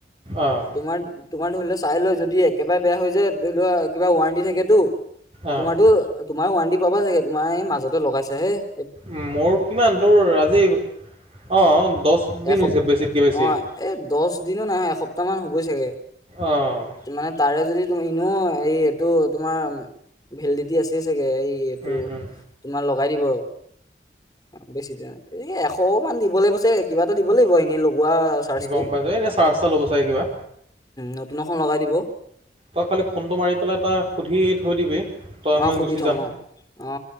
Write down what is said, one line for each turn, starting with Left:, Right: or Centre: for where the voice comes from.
Right: অ'
Left: তোমাৰ তোমাৰ ধৰি লও চাই লয় যদি একেবাৰে বেয়া হৈ যায় ধৰি লোৱা কিবা ৱাৰেণ্টি থাকেতো
Right: অ'
Left: তোমাৰো তোমাৰো ওৱণ্টি পাবা চাগে তোমাৰ এই মাজতে লগাইছা হে <unintelligible>
Right: উ মোৰ কিমান তোৰ আজি অ' দহ দিন
Left: এসপ
Right: হৈছে বেছিতকে বেছি।
Left: অ এই দহ দিনো নহয় এসপ্তাহ মান হুবই চাগে,
Right: অ'
Left: মানে তাৰে যদি তুমি এ নো এই এইটো তোমাৰ ভেলিডিটি আছেই চাগে। এই এইটো
Right: উম, উম।
Left: তোমাৰ লগ লগঢিব <inaudible> অ' বেছি দিন এ এশ মান দিব লাগিব ছাগে। কিবা এটা দিব লাগিব এনেই লগোৱা চাৰ্জটো
Right: গম পাইছো। এতিয়া চাৰ্জটা ল'ব চাগ কিবা।
Left: নতুন এখন লগাই দিব।
Right: তই খালি ফোনটো মাৰি পেলাই তটা সুধি থৈ দিবি। তই
Left: অ
Right: মই
Left: সুধি
Right: গুচি
Left: থম
Right: যাম
Left: অ অ